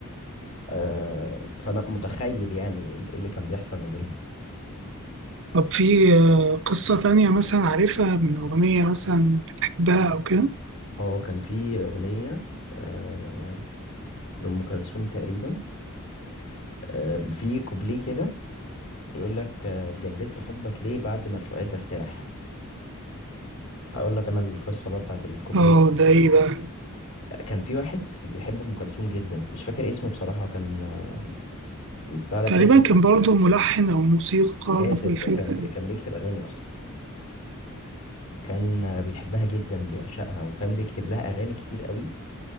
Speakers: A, on the left; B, on the right.
A: آه، فانا متخيل يعني ايه اللي كان بيحصل ما بينهم
B: طب في آه، قصة تانية مثلا عارفها من أغنية مثلا بتحبها أو كده
A: اه كان في اغنيه آه، لام كلثوم تقريبا آه، في كوبليه كده يقول لك آه، جددت حبك ليه بعد ما الفؤاد ارتاح هقول لك انا القصه بقى بتاعت الكوبليه
B: اه
A: ده
B: ده ايه بقى
A: كان في واحد بيحب ام كلثوم جدا مش فاكر اسمه بصراحه وكان آه، بتاع ده
B: تقريبا
A: كاتب
B: كان برضه ملحن أو موسيقار
A: كاتب
B: في الفرقة
A: كان كان بيكتب اغاني اصلا كان آه، بيحبها جدا بيعشقها وكان بيكتب لها اغاني كتير قوي